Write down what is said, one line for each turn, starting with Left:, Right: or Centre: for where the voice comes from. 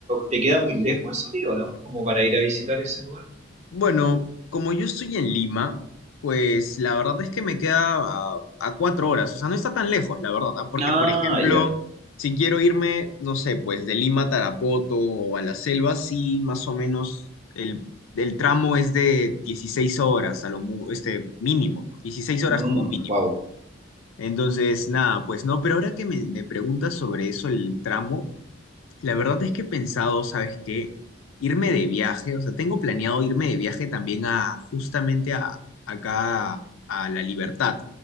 Right: ¿te queda muy lejos eso, tío, no? Como para ir a visitar ese lugar.
Left: Bueno, como yo estoy en Lima, pues la verdad es que me queda a, a cuatro horas. O sea, no está tan lejos, la verdad, ¿ah? Porque,
Right: Ah,
Left: por ejemplo,
Right: ya.
Left: si quiero irme, no sé, pues de Lima a Tarapoto o a la selva, sí, más o menos el, el tramo es de 16 horas, a lo mu- este mínimo, ¿no? 16
Right: wow.
Left: horas como mínimo. Entonces, nada, pues no, pero ahora que me, me preguntas sobre eso, el tramo, La verdad es que he pensado, ¿sabes qué? Irme de viaje, o sea, tengo planeado irme de viaje también a justamente a acá a La Libertad.